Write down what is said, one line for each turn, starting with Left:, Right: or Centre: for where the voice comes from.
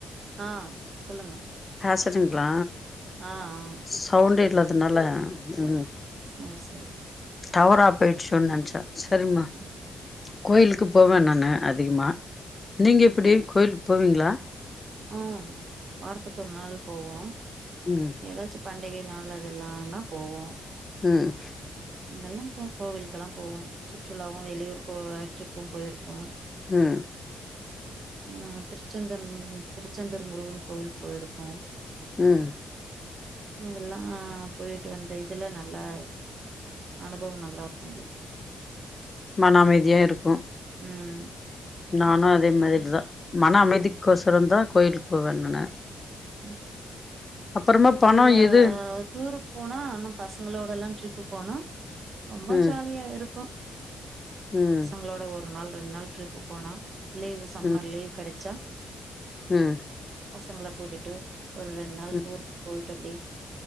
Right: ஆ சொல்லுங்க
Left: ஹாஸட்டுங்களா
Right: ஆ ஆ
Left: சவுண்டே இல்லாதனால ம்
Right: சேர் சேர்
Left: டவரா போயிட்ச்சோன்னு நெனச்சே சரிம்மா
Right: ம்
Left: கோயிலுக்கு போவன் நான்னு அதிகமா நீங்க எப்டி கோயில்க்கு போவீங்களா
Right: ம் வாரத்துக்கு ஒரு நாள் போவோம்
Left: ம்
Right: ஏதாச்சு பண்டிகை நாள் அது எல்லானா போவோம்
Left: ம்
Right: இதெல்லா போ கோவிலுகெல்லா போவோ சுற்றுலாவு வெளியூர் கோ ட்ரிப்பும் போயிருக்கோ
Left: ம்
Right: ஆ திருச்செந்தன் திருச்செந்தூர் முருகன் கோவில் போயிருக்கோ
Left: ம்
Right: அங்கல்லாம் போயிட்டு வந்த இதுல நல்லா அனுபவம் நல்லா இருந்தது
Left: மன அமைதிய இருக்கும்
Right: ம்
Left: நானு அதே மாதிரி தா மன அமைதிக்
Right: ம்
Left: கோசரம் தா கோயிலுக்கு போவே நானு
Right: ம்
Left: அப்பறமா
Right: சுற்றுலா
Left: பணோ எது
Right: டூருக் போனா ஆனா பசங்களோட எல்லா ட்ரிப்பு போனா ரொம்ப
Left: ம்
Right: ஜாலியா இருக்கு
Left: ம்
Right: பசங்களோட ஒரு நாள் ரெண்டு நாள் ட்ரிப்பு போனா லீவ் சம்மர்
Left: ம்
Right: லீவ் கெடச்சா
Left: ம்
Right: பசங்கள கூட்டிட்டு ஒரு ரெண்டு நாள்
Left: ம்
Right: டூரு போயட்டு அப்டி